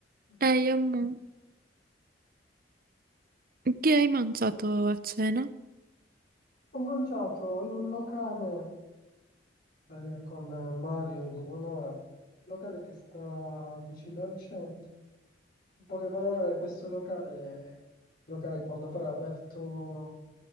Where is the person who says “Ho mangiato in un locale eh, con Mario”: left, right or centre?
Left